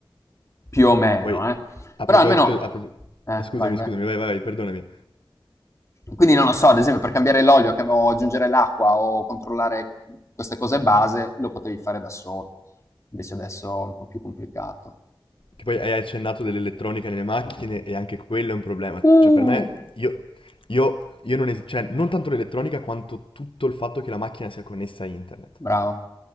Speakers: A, on the left; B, on the left.
A: Più o meno,
B: Che poi,
A: eh.
B: a
A: Però Poi
B: proposito...
A: almeno
B: a pro-
A: eh,
B: ah, Scusami,
A: vai, vai.
B: scusami, vai, vai, vai, perdonami.
A: Quindi non lo so, ad esempio per cambiare l'olio cam o aggiungere l'acqua o controllare queste cose base, lo potevi fare da solo. Invece adesso è un po' più complicato.
B: Che poi hai accennato dell'elettronica nelle macchine e anche quello è un problema.
A: Uh,
B: Cioè, per me, io, io- io non, es- cioè, non tanto l'elettronica quanto tutto il fatto che la macchina sia connessa a internet.
A: bravo.